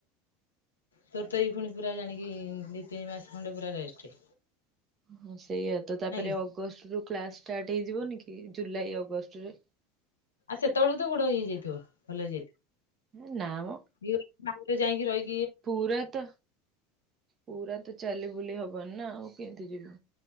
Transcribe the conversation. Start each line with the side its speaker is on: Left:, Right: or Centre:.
Left: ତୋର ତ ଏଇ ପୁଣି ପୁରା ଜାଣିକି ଦି ତିନି ମାସ ଖଣ୍ଡେ ପୁରା ରେଷ୍ଟେ।
Right: ହୁଁ ସେଇୟା ତ ତାପରେ
Left: କି
Right: ଅଗଷ୍ଟରୁ କ୍ଲାସ୍ ଷ୍ଟାର୍ଟ ହେଇଯିବନି କି ଜୁଲାଇ ଅଗଷ୍ଟରେ।
Left: ଆ ସେତେବେଳକୁ ତୋ ଗୋଡ଼ ହେଇଯାଇଥିବ ଭଲ ହେଇଯାଇଥିବ।
Right: ହେ ନାଆ ମ।
Left: <unintelligible> ଯାଇଁକି ରହି
Right: ପୁରା ତ ପୁରା ତ ଚାଲିବୁଲି ହବନି ନା ଆଉ କେମ୍ତି ଯିବୁ।